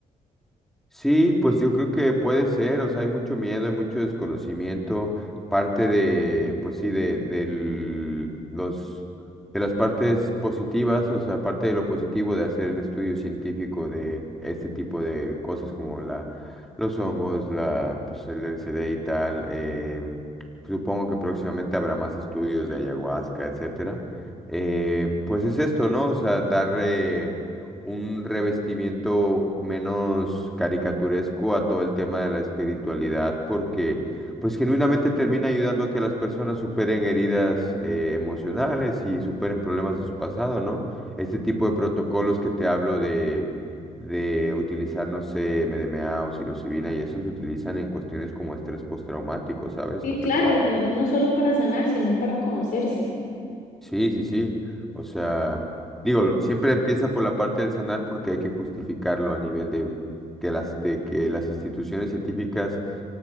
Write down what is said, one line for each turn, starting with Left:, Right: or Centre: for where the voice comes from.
Centre: Sí, pues yo creo que puede ser, o sea, hay mucho miedo, hay mucho desconocimiento, parte de, pues sí, de, del- los, de las partes positivas, o sea, parte de lo positivo de hacer el estudio científico de este tipo de cosas como la, los hongos, la, pues el LSD y tal, em, supongo que próximamente habrá más estudios de ayahuasca, etcétera. Em, pues es esto, ¿no? O sea, darle un revestimiento menos caricaturesco a todo el tema de la espiritualidad, porque pues genuinamente termina ayudando a que las personas superen heridas eh, emocionales y superen problemas de su pasado, ¿no? Este tipo de protocolos que te hablo de, de utilizar, no sé, MDMA o psilocibina y eso se utilizan en cuestiones como estrés postraumático, ¿sabes?
Left: Sí,
Centre: Con personas
Left: claro, y
Centre: que
Left: tal vez no solo para sanar, sino para conocerse.
Centre: Sí, sí, sí. O sea, digo, siempre empieza por la parte del sanar porque hay que justificarlo a nivel de que las, de que las instituciones científicas